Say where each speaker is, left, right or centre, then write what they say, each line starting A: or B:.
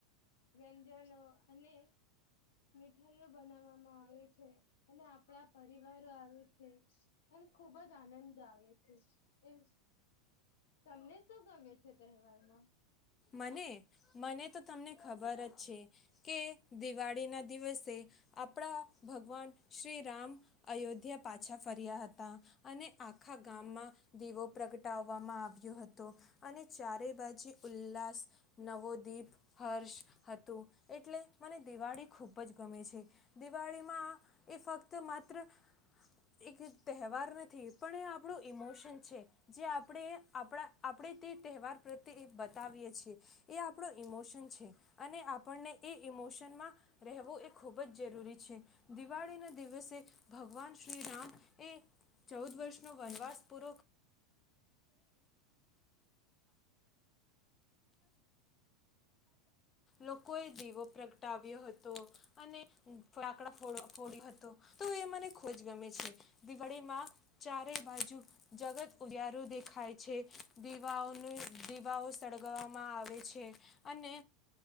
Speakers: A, on the left (about 85°); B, on the left (about 20°).
A: વ્યંજનો અને મીઠાઈઓ બનાવવામાં આવે છે અને આપણા પરિવારો આવે છે એમ ખુબ જ આનંદ આવે છે એમ તમને શું ગમે છે તહેવારમાં.
B: મને મને તો તમને ખબર જ છે કે દિવાળીના દિવસે તે આપણા ભગવાન શ્રીરામ અયોધ્યા પાછા ફર્યા હતા અને આખા ગામમાં દીવો પ્રગટાવવામાં આવ્યો હતો અને ચારે બાજુ ઉલ્લાસ નવો દીપ હર્ષ હતું એટલે મને દિવાળી ખૂબ જ ગમે છે દિવાળીમાં એ ફક્ત માત્ર એક તહેવાર નથી પણ એ આપણું ઇમોશન છે જે આપણે આપણા આપણે તે તહેવાર પ્રત્યે એ બતાવીએ છીએ એ આપણો ઇમોશન છે અને આપણને એ ઇમોશનમાં રહેવું એક ખૂબ જ જરૂરી છે. દિવાળીના દિવસે ભગવાન શ્રીરામ એ ચૌદ વર્ષનો વનવાસ પૂરો લોકોએ દીવો પ્રગટાવ્યો હતો અને ફટાકડા ફો ફોડ્યો હતો તો એ મને ખોજ ગમે છે દિવાળીમાં ચારેય બાજુ જગત ઉાર ખાય છે દીવાઓને દીવાઓ સળગાવવામાં આવે છે અને